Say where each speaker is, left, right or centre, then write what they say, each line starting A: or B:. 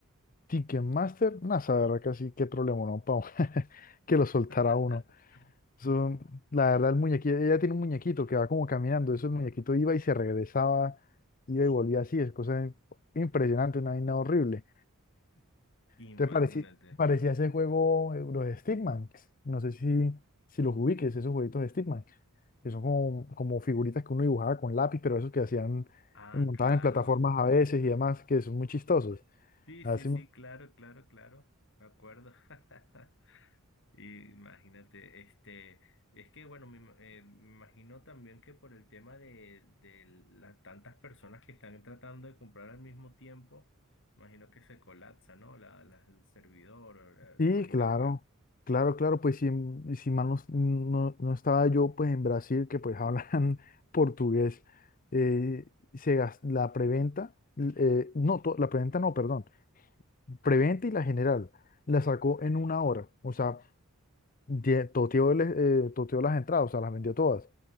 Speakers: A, on the left; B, on the left.
A: Ticketmaster. No, esa verdad, casi qué problema, ¿no? Para <laughs> que lo soltara
B: <laughs>
A: uno. Eso, la verdad, el muñequito, ella tiene un muñequito que va como caminando. Eso el muñequito iba y se regresaba, iba y volvía así. Es cosa impresionante, una vaina horrible. Entonces
B: Imagínate.
A: parecía, parecía ese juego, eh, los Stickman. No sé si, si los ubiques, esos jueguitos de Stickman, que son como, como figuritas que uno dibujaba con lápiz, pero esos que hacían,
B: Ah,
A: eh, montaban
B: claro.
A: en plataformas a veces y demás, que son muy chistosos.
B: Sí,
A: Así,
B: sí, sí, claro, claro, claro, me acuerdo. <laughs> Y Imagínate, este, es que bueno, me, ima- eh, me imagino también que por el tema de, de las tantas personas que están tratando de comprar al mismo tiempo, imagino que se colapsa, ¿no? La, la- el servidor, o la, la
A: Sí,
B: página
A: claro,
B: web.
A: claro, claro, pues si, mm, si mal no, no- no estaba yo pues en Brasil, que pues hablan <laughs> portugués, eh, se gas- la preventa, eh, no, to- la preventa no, perdón, preventa y la general, la sacó en una hora, o sea, ye- toteó, el, eh, toteó las entradas, o sea, las vendió todas,